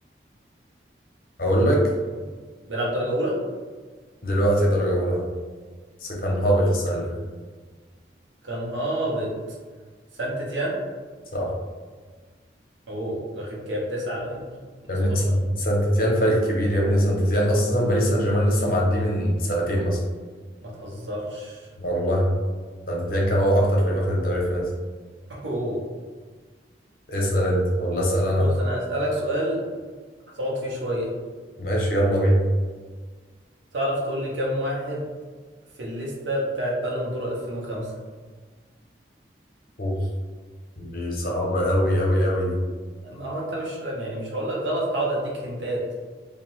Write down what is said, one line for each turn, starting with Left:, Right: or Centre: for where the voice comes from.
Left: أقول لك
Right: بيلعب درجة أولى
Left: دلوقتي درجة أولى بس كان هابط
Right: مم.
Left: السنة اللي فاتت
Right: كان هابط سانت تيان
Left: صح
Right: أوه واخد كام تسعة باين ولا 15
Left: يا ابني سان- سان تيتيان فريق كبير يا ابني سان تيتيان أساسا باريس سان جيرمان لسه معديه من سنتين مثلا
Right: ما تهزرش
Left: والله سان تيتيان كان هو أكتر فريق واخد الدوري الفرنسي
Right: أوه
Left: اسأل أنت ولا أسأل أنا
Right: بص أنا هسألك سؤال هتقعد فيه شوية
Left: ماشي يلا بينا
Right: تعرف تقول لي كام واحد في الليستة بتاعت بالون دور 2005
Left: أوف دي صعبة أوي أوي أوي دي
Right: ما هو أنت مش لم يعني مش هقول لك غلط هقعد أديك هنتات